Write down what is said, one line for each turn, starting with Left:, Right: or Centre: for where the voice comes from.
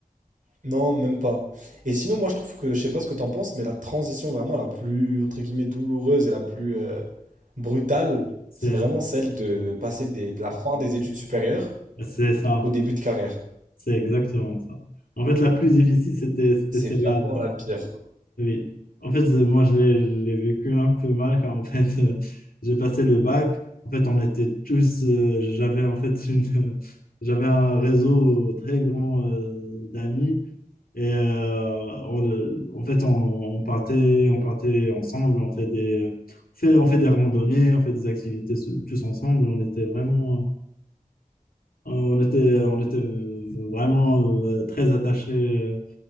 Right: non, même pas. Et sinon, moi, je trouve que, je sais pas ce que t'en penses, mais la transition vraiment la plus, entre guillemets, douloureuse et la plus euh, brutale,
Left: C'est
Right: c'est vraiment celle de passer des- de la fin des études supérieures
Left: c'est ça.
Right: au début de carrière.
Left: C'est exactement ça. En fait, la plus difficile, c'était c'était
Right: C'est
Left: celle-là.
Right: vraiment
Left: là.
Right: la pire.
Left: Oui. En fait, euh, moi, je l'ai je l'ai vécu un peu mal quand en fait, <laughs> euh, j'ai passé le bac. En fait, on était tous. euh, j'avais en fait une, <laughs> euh, j'avais un réseau très grand euh, d'amis. Et euh, on, euh, en fait, on, on partait, on partait ensemble. On fait des, euh, on fait, on fait des randonnées, on fait des activités se- tous ensemble. On était vraiment. euh, on était, on était vraiment euh, très attachés